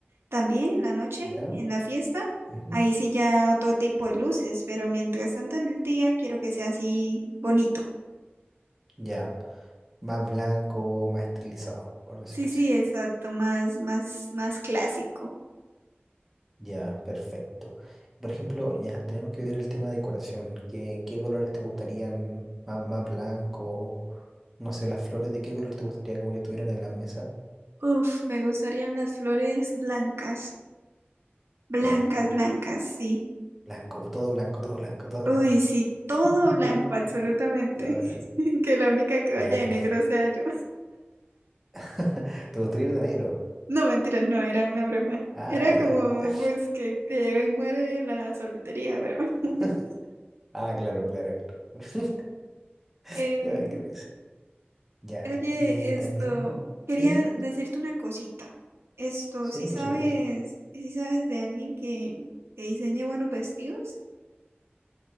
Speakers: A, on the right; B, in the centre.
A: también en la noche,
B: Ya.
A: en la fiesta,
B: ujú,
A: ahí sí ya otro tipo de luces, pero mientras tanto en el día quiero que sea así bonito.
B: Ya. Más blanco, más estilizado, por decirlo
A: Sí, sí,
B: así.
A: exacto, más, más, más clásico.
B: Ya, perfecto. Por ejemplo, ya tenemos que ver el tema de decoración. ¿Qué, qué colores te gustarían? Más, más blanco, no sé, las flores de qué color te gustaría como que estuvieran en la mesa.
A: Uf, me gustarían las flores blancas, blancas,
B: Ya, blanco.
A: blancas, sí.
B: Blanco, todo blanco, todo blanco, todo
A: Uy,
B: blanco.
A: sí,
B: <laughs>
A: todo blanco, absolutamente.
B: Todo blanco.
A: <laughs> Que la única que vaya
B: Ya,
A: de
B: perfecto.
A: negro sea yo.
B: <laughs> ¿Te gustaría ir de negro?
A: No, mentira, no, era una broma.
B: Ah,
A: Era
B: ya,
A: como,
B: ya.
A: pues, que eh, hoy muere la soltería, pero... <laughs>
B: <laughs> Ah, claro, claro, claro. <laughs>
A: Eh,
B: Ay, qué risa. Ya,
A: oye,
B: y también.
A: esto, quería
B: Sí, sí, conté.
A: decirte una cosita. Esto,
B: sí,
A: si
B: por
A: sabes,
B: supuesto.
A: si sabes de alguien que, que diseñe buenos vestidos?